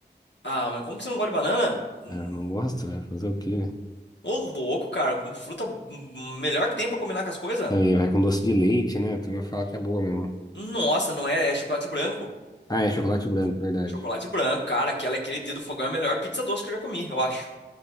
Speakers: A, on the left; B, on the left.
A: Ah, mas como que você não gosta de banana? Hum,
B: Ah, eu não gosto, vai fazer o quê?
A: Ô, louco, cara. Fruta melhor que tem pra combinar com as coisas.
B: Também vai com doce de leite, né? A turma fala que é boa mesmo.
A: Nossa, não é, é chocolate branco.
B: Ah, é chocolate branco, verdade.
A: Chocolate branco, cara. Aquela, aquele dia do fogão é a melhor pizza doce que eu já comi, eu acho.